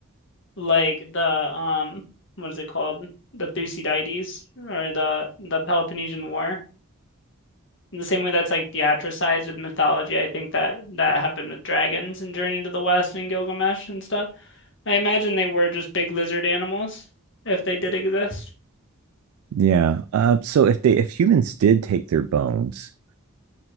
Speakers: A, on the left (about 55°); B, on the right (about 85°).
A: like the um what is it called? The Thucydides or the the Peloponnesian War. In the same way that's like theatricized with mythology, I think that that happened with dragons and Journey to the West and Gilgamesh and stuff. I imagine they were just big lizard animals if they did exist.
B: Yeah. Uh, so if they if humans did take their bones,